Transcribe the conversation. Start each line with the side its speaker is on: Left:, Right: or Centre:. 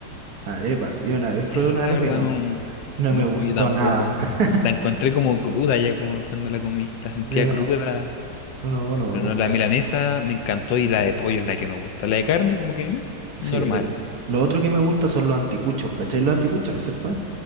Right: Arepa. Yo una vez probé
Left: esa
Right: una
Left: la
Right: arepa
Left: verdad
Right: y no,
Left: no,
Right: no
Left: no,
Right: me gustó
Left: yo tampoco.
Right: nada. <laughs>
Left: La encontré como cruda ya como cuando la comí. La sentía
Right: Sí, no,
Left: cruda,
Right: no, no me
Left: pero
Right: gustó.
Left: no, la milanesa me encantó y la de pollo es la que me gusta. La de carne como que mm,
Right: Sí,
Left: normal.
Right: rico. Lo otro que me gusta son los anticuchos, ¿cachai? Los anticuchos, ¿no es cierto?